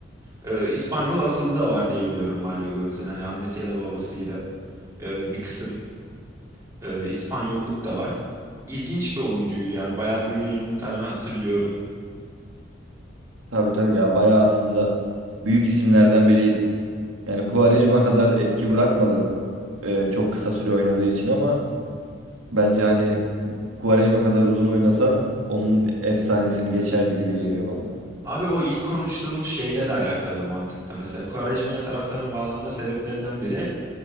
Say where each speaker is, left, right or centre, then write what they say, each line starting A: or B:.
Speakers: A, on the right (about 15°); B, on the right (about 90°).
A: Ee, İspanyol asıllı da var diye biliyorum Mario Gomez'in. Hani annesi ya da babasıydı. Ee, bir kısım e, İspanyolluk da var. İlginç bir oyuncuydu yani Bayern Münih'in falan hatırlıyorum.
B: Tabii tabii ya bayağı aslında büyük isimlerden biriydi. Yani Quaresma kadar etki bırakmadı e, çok kısa süre oynadığı için ama bence hani Quaresma kadar uzun oynasa onun efsanesini geçerdi gibi geliyor bana.
A: Abi o ilk konuştuğumuz şeyle de alakalı mantıkta. Mesela Quaresma'ya taraftarın bağlanma sebeplerinden biri